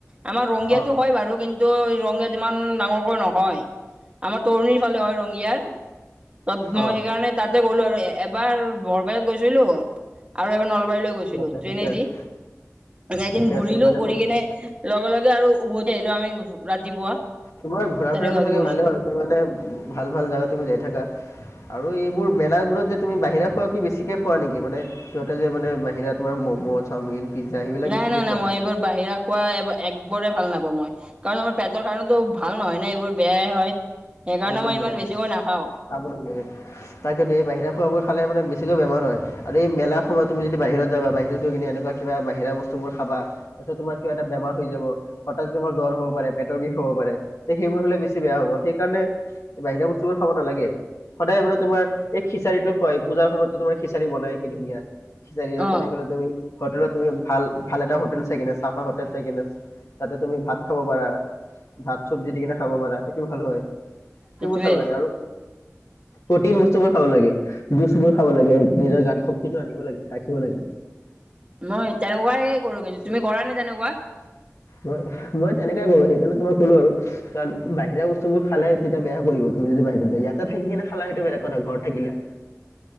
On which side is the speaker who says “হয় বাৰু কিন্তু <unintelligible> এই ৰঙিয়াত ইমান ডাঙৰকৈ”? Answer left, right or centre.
Right